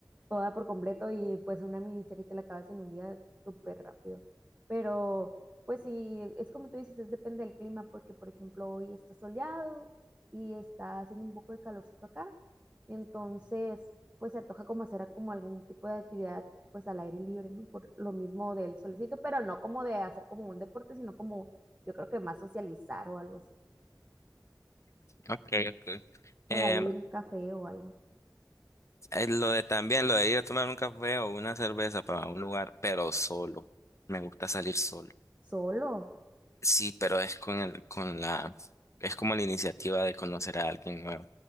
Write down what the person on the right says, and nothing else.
toda por completo y pues una miniserie te la acabas en un día súper rápido. Pero pues sí, es como tú dices, es depende del clima, porque por ejemplo hoy está soleado y está haciendo un poco de calorcito acá, entonces pues se antoja como hacer como algún tipo de actividad pues al aire libre, ¿no? Por lo mismo del solecito, pero no como de hacer como un deporte, sino como yo creo que más socializar o algo así.
Por
ahí ir a un café o algo.
Solo.